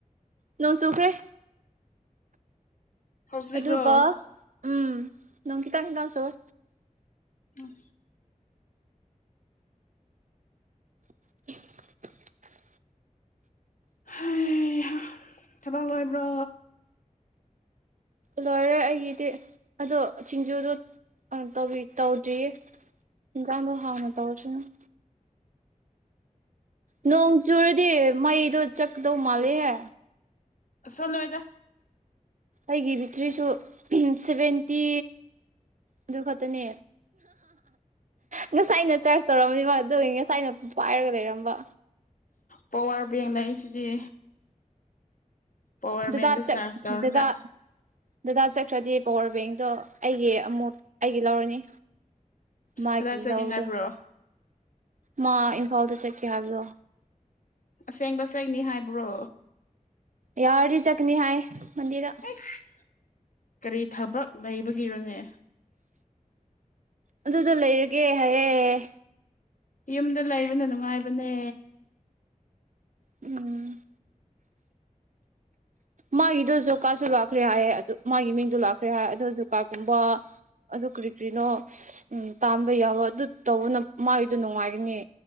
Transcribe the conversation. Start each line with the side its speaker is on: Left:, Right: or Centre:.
Right: ꯅꯣꯡ ꯆꯨꯈ꯭ꯔꯦ
Left: ꯍꯧꯖꯤꯛꯔꯣ
Right: ꯑꯗꯨꯒ ꯎꯝ ꯅꯣꯡ ꯈꯤꯇꯪ ꯈꯤꯇꯪ ꯆꯨꯋꯦ
Left: ꯎꯝ
Right: <unintelligible>
Left: ꯍꯩ ꯍꯥ ꯊꯕꯛ ꯂꯣꯏꯕ꯭ꯔꯣ
Right: ꯂꯣꯏꯔꯦ ꯑꯩꯒꯤꯗꯤ ꯑꯗꯣ ꯁꯤꯡꯖꯨꯗꯣꯅ ꯑ ꯇꯧꯕꯤ ꯇꯧꯗ꯭ꯔꯤꯌꯦ ꯍꯤꯡꯖꯥꯡꯗꯣ ꯍꯥꯎꯅ ꯇꯧꯔꯁꯅꯨ ꯅꯣꯡ ꯆꯨꯔꯗꯤ ꯃꯩꯗꯣ ꯆꯠꯀꯗꯧ ꯃꯥꯜꯂꯦꯍꯦ
Left: ꯆꯠꯂꯣꯏꯗ
Right: ꯑꯩꯒꯤ ꯕꯤꯇ꯭ꯔꯤꯁꯨ ꯁꯚꯦꯟꯇꯤ ꯑꯗꯨ ꯈꯛꯇꯅꯦ ꯉꯁꯥꯏꯅ ꯆꯥꯔꯖ ꯇꯧꯔꯝꯃꯤꯕ ꯑꯗꯨꯒ ꯉꯁꯥꯏꯅ ꯄꯥꯏꯔꯒ ꯂꯩꯔꯝꯕ
Left: ꯄꯋꯥꯔ ꯕꯦꯡ ꯂꯩꯁꯤꯗꯤ ꯄꯋꯥꯔ
Right: ꯗꯗꯥ
Left: ꯕꯦꯡꯗ
Right: ꯆꯠ
Left: ꯆꯥꯔꯖ ꯇꯧꯔꯒ
Right: ꯗꯗꯥ ꯗꯗꯥ ꯆꯠꯈ꯭ꯔꯗꯤ ꯄꯋꯥꯔ ꯕꯦꯡꯗꯣ ꯑꯩꯒꯤ ꯑꯃꯨꯛ ꯑꯩꯒꯤ ꯂꯧꯔꯅꯤ ꯃꯥꯒꯤ
Left: ꯀꯗꯥꯏ ꯆꯠꯒꯦ
Right: ꯂꯧꯗꯣ
Left: ꯍꯥꯏꯕ꯭ꯔꯣ
Right: ꯃꯥ ꯏꯝꯐꯥꯜꯗ ꯆꯠꯀꯦ ꯍꯥꯏꯕꯗꯣ
Left: ꯑꯁꯦꯡꯕ ꯆꯠꯅꯤ ꯍꯥꯏꯕ꯭ꯔꯣ
Right: ꯌꯥꯔꯗꯤ ꯆꯠꯀꯅꯤ ꯍꯥꯏ ꯃꯟꯗꯦꯗ
Left: ꯑꯦꯁ ꯀꯔꯤ ꯊꯕꯛ ꯂꯩꯕꯒꯤꯔꯅꯦ
Right: ꯑꯗꯨꯗ ꯂꯩꯔꯒꯦ ꯍꯥꯏꯌꯦ
Left: ꯌꯨꯝꯗ ꯂꯩꯕꯅ ꯅꯨꯡꯉꯥꯏꯕꯅꯦ
Right: ꯎꯝ ꯃꯥꯒꯤꯗꯨꯁꯨ ꯖꯣꯕꯀꯥꯁꯨ ꯂꯥꯛꯈ꯭ꯔꯦ ꯍꯥꯏ ꯑꯗꯨ ꯃꯥꯒꯤ ꯃꯤꯡꯗꯣ ꯂꯥꯛꯈ꯭ꯔꯦ ꯍꯥꯏ ꯑꯗꯨ ꯖꯣꯕꯀꯥꯔꯠꯒꯨꯝꯕ ꯑꯗꯨ ꯀꯔꯤ ꯀꯔꯤꯅꯣ ꯎ ꯇꯥꯟꯕ ꯌꯥꯕ ꯑꯗꯨ ꯇꯧꯕꯅ ꯃꯥꯒꯤꯗꯣ ꯅꯨꯡꯉꯥꯏꯒꯅꯤ